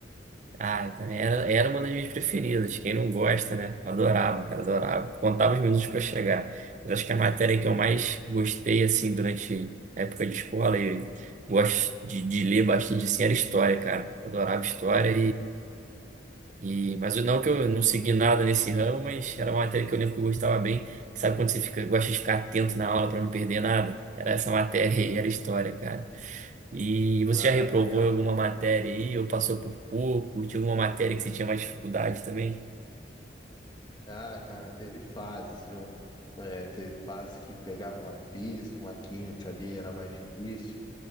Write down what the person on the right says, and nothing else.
Ah, eu também era, era uma das minhas preferidas. Quem não gosta, né? Eu Adorava, cara, adorava. Contava os minutos para chegar. Mas acho que a matéria que eu mais gostei, assim, durante a época de escola, e gosto de, de ler bastante, assim, era história, cara. Adorava história e, mas eu- não que eu não segui nada nesse ramo, mas era uma matéria que eu lembro que eu gostava bem. Sabe quando você fica, gosta de ficar atento na aula para não perder nada? Era essa matéria aí, era história, cara. E
você já reprovou
em alguma matéria aí, ou passou por pouco? Tinha alguma matéria que você tinha mais dificuldade também?